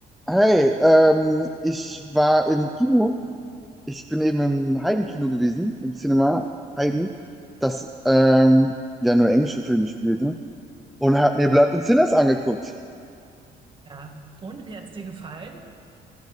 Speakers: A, in the centre; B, on the right (about 30°).
A: Hey, ähm, ich war im Kino. Ich bin eben im Heiden-Kino gewesen, im Cinema Heiden, das ähm, ja nur englische Filme spielte. Und habe mir Blood and Sinners angeguckt.
B: Ja. Und wie hat es dir gefallen?